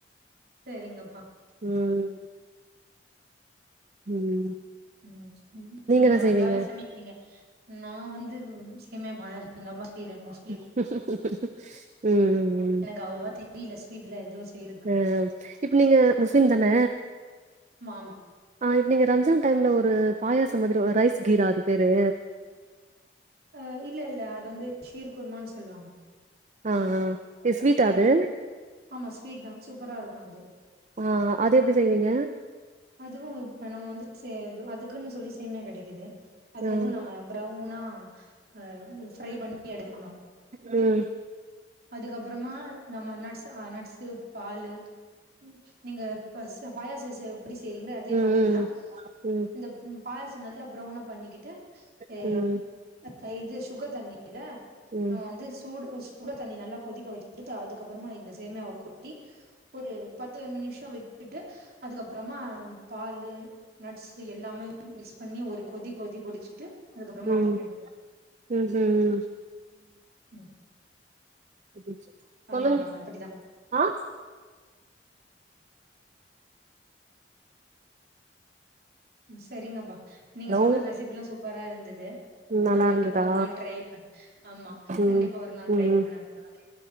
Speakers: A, on the right; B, on the right.
A: சரிங்கப்பா
B: ம் ம்
A: ம் நீங்க
B: என்ன
A: நல்லாவே
B: செய்வீங்க
A: சமை நீங்க நா வந்து சேமியா பாயாசதாம்மா செய்ற மோஸ்ட்
B: ம் ம்
A: இது அவ்ளோவா தி வீட்ல ஸ்வீட்லா எதுவு செய்றது
B: ஆ இப்ப நீங்க முஸ்லிம் தான
A: ஆமா ஆமா
B: ஆ இப்ப நீங்க ரம்ஜான் டைம்ல ஒரு பாயாச மாதிரி ஒரு ரைஸ் கீரா அது பேரு
A: அ இல்ல இல்ல அது வந்து ஷீர் குருமான் சொல்லுவாங்க
B: ஆ ஆ பெஸ்வீட்டாது
A: அது ஆமா ஸ்வீட் தா சூப்பரா இருக்கு அது
B: ஆ அதெப்டி செய்வீங்க
A: அதுவு நம்ம வந்து அதுக்குன் சொல்லி சேமியா கெடைக்குது அது
B: ம்
A: வந்து நம்ம பிரவுனா அ ஃப்ரை பண்ணி எடுத்துக்கணு
B: ம்
A: அதுக்கப்பறமா நம்ம நட்ஸ் ஆ நட்ஸ் இது பாலு ம் நீங்க பஸ்ச பாயச செய் எப்டி செய்றீங்ளோ அதே
B: ம்
A: மாதிரி
B: ம்
A: தா
B: ம்
A: இந்த ம் பாயச நல்லா ப்ரௌனா பண்ணிக்கிட்டு எ
B: ம்
A: மத்த இது சுகர் தண்ணியில
B: ம்
A: நம்ம வந்து சூடு ம் சுகர் தண்ணி நல்லா கொதிக்க வச் அடுத்து அதுக்கப்பறமா இந்த சேமியாவ கொட்டி ஒரு பத்து நிமிஷ விட்டுட்டு அதுகப் அப்றமா பாலு நட்ஸு எல்லாமே மிஸ் பண்ணி ஒரு கொதி கொதி குடிச்சிட்டு அதுக்கப்பறமா
B: ம்
A: ஆஃப் பண்ணிற்னு
B: ம் ஹிம்
A: ம்
B: ம் சொல்லுங்க
A: ஆமாப்பா அப்படிதா
B: ஆ
A: ம் செரிங்கப்பா நீங்க
B: ஹலோ
A: சொன்ன ரெசிபிலா சூப்பரா இருந்தது
B: நல்லா
A: நா கண்டிப்பா
B: இருந்ததா
A: ஒரு நாள் ட்ரை பண் ஆமா
B: ம்
A: கண்டிப்பா ஒரு நாள்
B: ம்
A: ட்ரை
B: ம்
A: பண்றே அந்த மாதிரி